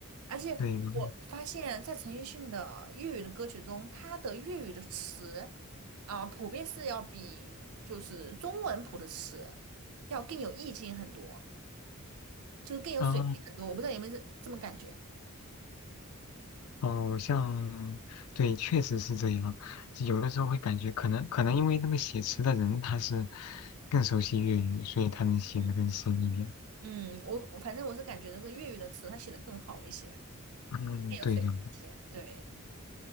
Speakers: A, on the right (about 70°); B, on the left (about 70°).
A: 而且我发现，
B: 对，然后
A: 在陈奕迅的粤语的歌曲中，他的粤语的词啊，普遍是要比就是中文谱的词要更有意境很多，就是更有水平很多。
B: 啊。
A: 我不知道有没有这这么感觉。
B: 哦，像，对，确实是这样。有的时候会感觉，可能可能因为那个写词的人他是更熟悉粤语，所以他能写的更深一点。
A: 嗯。嗯，我我反正我是感觉这个粤语的词它写的更好一些，
B: 嗯，
A: 更有水平一些。
B: 对对
A: 对，